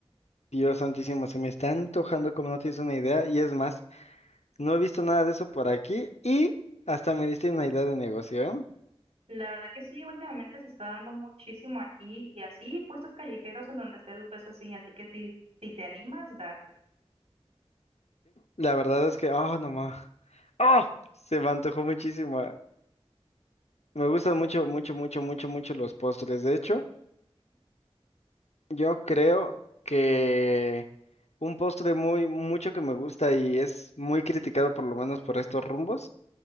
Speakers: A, on the left (about 90°); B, on the right (about 80°).
A: Dios santísimo, se me está antojando como no tienes una idea. Y es más, no he visto nada de eso por aquí y hasta me diste una idea de negocio, ¿eh?
B: La verdad que sí, últimamente se está dando muchísimo aquí y así puestos callejeros en donde esté los ves así, así que si, si te animas, date.
A: La verdad es que, ah, no más. ¡Oh! Se me antojó muchísimo. eh. Me gustan mucho, mucho, mucho, mucho, mucho los postres. De hecho, yo creo que un postre muy, mucho que me gusta y es muy criticado por lo menos por estos rumbos,